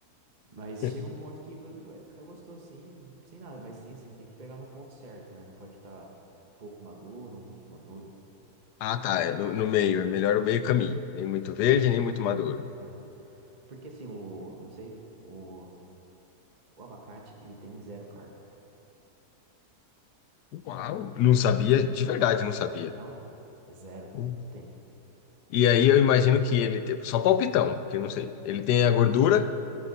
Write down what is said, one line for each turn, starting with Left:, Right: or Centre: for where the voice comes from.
Right: mas
Left: <laughs>
Right: chega um ponto que vo- vai ficar gostoso sem, sem nada, mas tem assim, tem que pegar no ponto certo, né? Não pode estar pouco maduro ou muito maduro.
Left: Ah, tá, é no, no meio, é melhor o meio caminho. Nem muito verde,
Right: Isso.
Left: nem muito maduro.
Right: aham. Porque assim, o, não sei, o, o abacate, ele tem zero carbo.
Left: Uau, não sabia, de verdade não sabia.
Right: Não, é zero,
Left: Hum.
Right: não tem. O...
Left: E aí eu imagino que ele tem, só palpitão, porque eu não sei. Ele tem a gordura